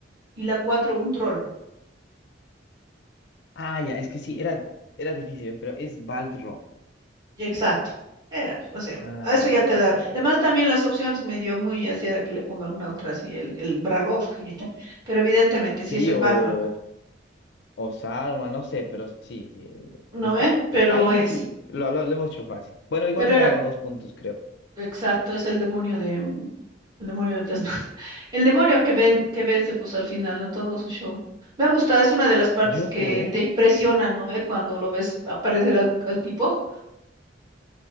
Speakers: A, on the right (about 20°); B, on the left (about 65°).
A: y la cuatro un troll.
B: Ah, ya, es que sí, era, era difícil, ¿eh? pero es Balrog.
A: Exacto. Era, pues, o sea, a
B: Ah,
A: Ah, eso
B: ya,
A: ya te
B: bueno,
A: da.
B: a ver.
A: Además, también las opciones me dio muy así, era que le ponga alguna otra así, el, el Bralog, y- <laughs> pero evidentemente
B: Sí,
A: sí es el
B: o,
A: Barlog,
B: o Saruman, no sé, pero sí, sí.
A: ¿no
B: Está,
A: ve? Pero
B: ahí
A: es,
B: sí, lo, lo, lo hemos hecho fácil. Bueno, igual
A: pero
B: me
A: era,
B: ganó dos puntos, creo.
A: exacto, es el demonio de, mm, el demonio de Tasmania. <laughs> El demonio que ven, que vence, pues al final, ¿no? Todo su show. Me ha gustado, es una de las partes
B: Yo
A: que
B: juré.
A: te impresionan, ¿no ve? Cuando lo ves aparecer al, al tipo.